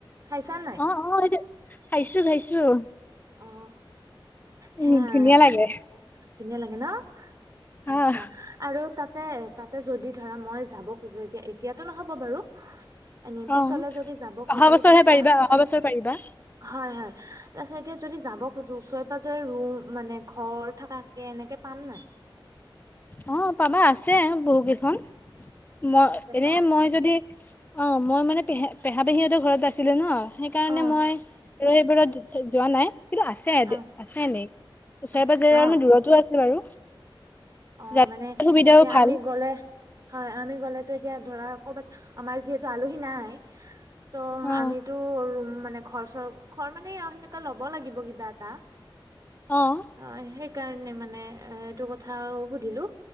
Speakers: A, on the right (about 40°); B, on the left (about 20°).
A: খাইছা নে
B: অহ সেইটো খাইছোঁ খাইছোঁ
A: অ সেয়াই
B: উম ধুনীয়া লাগে।
A: ধুনীয়া লাগে ন আচ্ছা
B: আহ
A: হা। আৰু তাতে তাতে যদি ধৰা মই যাব খোজো যে এতিয়া এতিয়াতো নহ'ব বাৰু। এনেই
B: অ
A: পিছলে যদি যাব খোজো
B: অহা বছৰহে
A: তেতিয়া
B: পাৰিবা অহা বছৰ পাৰিবা
A: হয় হয় তাৰপিছত। এতিয়া যদি যাব খোজো ওচৰে পাজৰে ৰুম মানে ঘৰ থকাকে এনেকে পাম নাই।
B: অহ পাবা আছে বহু কেইখন ময়ে
A: আছে
B: এনে
A: ন
B: মই। যদি অহ মই মানে পেহা পেহা পেহীহঁতৰ ঘৰত যে আছিলো মই সেইকাৰণে
A: অ
B: মই। আৰু সেইবোৰত যোৱা নাই কিন্তু আছে
A: অ
B: আছে এনেই ওচৰে
A: আছে
B: পাজৰে
A: ন
B: অলমান দূৰত। টো আছে বাৰু।
A: অহ
B: যাতায়তৰ
A: মানে
B: সুবিধাও
A: এতিয়া
B: ভাল
A: আমি গ'লে। হয় আমি গ'লেতো এতিয়া ধৰা কবাত হা আমাৰ যিহেতু আলহী নাই। ত
B: অ
A: আমিতো ৰুম মানে ঘৰ চৰ ঘৰ মানে আও সেনেকুৱা ল'ব লাগিব কিবা এটা।
B: অঁহ।
A: অহ সেইকাৰণে মানে এহ এইটো কথা সুধিলোঁ।